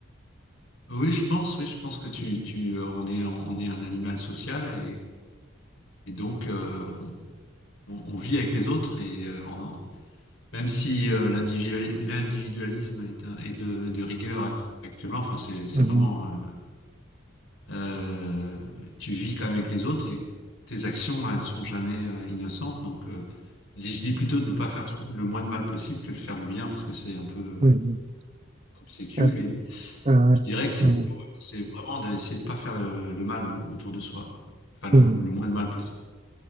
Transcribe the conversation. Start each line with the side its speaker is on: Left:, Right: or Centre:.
Left: oui, je pense, oui, je pense que tu tu euh, on est on est un animal social et, et donc euh, on, on- on vit avec les autres et euh, on, Même si euh, l'individu- l'individualisme est, un- est de, de rigueur act- actuellement, enfin c'est c'est
Right: Mhm.
Left: vraiment euh, euh, tu vis quand même avec les autres et tes actions elles sont jamais euh, innocentes. Donc euh, je dis, je dis plutôt de ne pas faire trop- le moins de mal possible que de faire le bien parce que c'est un peu euh,
Right: Mhm.
Left: obséquieux,
Right: <laughs>
Left: mais
Right: Ouais,
Left: je dirais que c'est
Right: ouais,
Left: plutôt c'est vraiment d'essayer de ne pas faire le, le mal autour de soi, enfin le,
Right: hmm.
Left: le moins de mal possible.